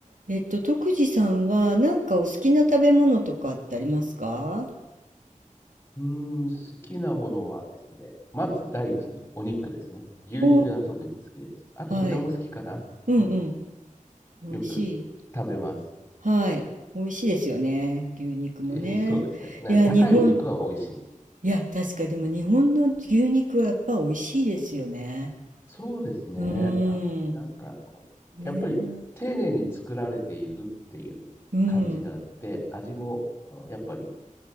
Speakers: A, on the right; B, on the left.
A: えっと、徳次さんはなんかお好きな食べ物とかってありますか
B: うーん、好きなものはですね、まず第一にお肉ですね。牛肉が特に好きです。
A: おー
B: あと豚も好きかな。
A: はい。うんうん。
B: うん、
A: 美味しい。
B: よく食べます。
A: はい。美味しいですよね。牛肉もね。
B: <laughs> えそうですね。ね、
A: いや、
B: 高いお肉は美味しい。
A: 日本、いや、確かでも日本の牛肉はやっぱ美味しいですよね。
B: そうですね。
A: うーん。
B: あ、なんかこう、
A: ね
B: やっぱり丁寧に作られているっていう感じがあって、
A: え。うん。
B: 味もあやっぱり、